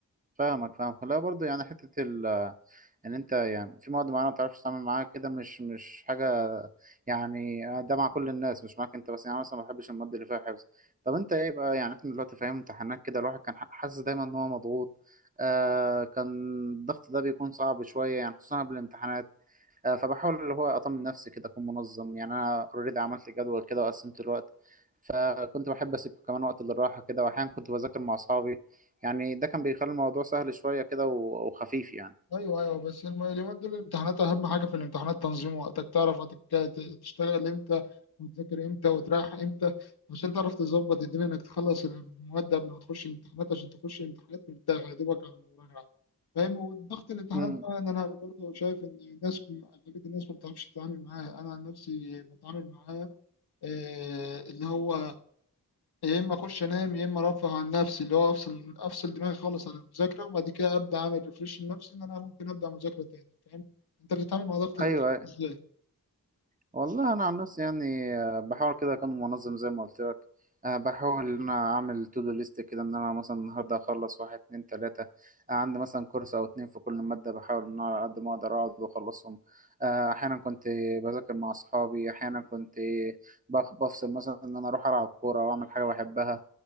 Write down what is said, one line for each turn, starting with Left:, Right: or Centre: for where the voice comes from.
Right: فاهمك فاهمك لا برضه يعني حتة ال... ان انت يعني في مواد معينه ما بتعرفش تتعامل معاها كده مش مش حاجه يعني ده مع كل الناس مش معاك انت بس يعني أنا مثلا ما بحبش المواد اللي فيها حفظ طب انت ايه بقى يعني احنا دلوقتي في ايام امتحانات كده الواحد كان حاسس دايما ان هو مضغوط آه كان الضغط ده بيكون صعب شويه يعني خصوصا قبل الامتحانات آه فبحاول اللي هو اطمن نفسي كده اكون منظم يعني انا اوريدي عملت جدول كده وقسمت الوقت فكنت بحب اسيب كمان وقت للراحه كده واحيانا كنت بذاكر مع اصحابي يعني ده كان بيخلي الموضوع سهل شويه كده و- وخفيف
Left: ايوه ايوه بس الم- اليومين دول الامتحانات اهم حاجه في الامتحانات تنظيم وقتك تعرف هتك- تشتغل امتى وتذاكر امتى وتريح امتى عشان تعرف تظبط الدنيا انك تخلص المواد قبل ما تخش الامتحانات عشان تخش الامتحانات مرتاح يا دوبك على المراجعه فاهم وضغط الامتحانات
Right: يعني
Left: بقى ان انا برضه شايف ان الناس اغلبيه الناس ما بتعرفش تتعامل معاه انا عن نفسي بتعامل معاه آه، اللي هو يا اما اخش انام يا اما ارفه عن نفسي اللي هو افصل افصل دماغي خالص عن المذاكره وبعد كده ابدا اعمل ريفريش لنفسي ان انا ممكن ابدا مذاكره تاني فاهم انت بتتعامل مع ضغط الامتحان
Right: ايوه أيوة.
Left: ازاي
Right: والله انا عن نفسي يعني آه، بحاول كده اكون منظم زي ما قلت لك آه، بحاول ان انا اعمل تو دو ليست كده ان انا مثلا النهارده اخلص واحد اتنين تلاته آه، عندي مثلا كورس او اتنين في كل ماده بحاول ان انا على قد ما اقدر اقعد واخلصهم آه، احيانا كنت بذاكر مع اصحابي احيانا كنت بخ- بفصل مثلا ان انا اروح العب كوره واعمل حاجه بحبها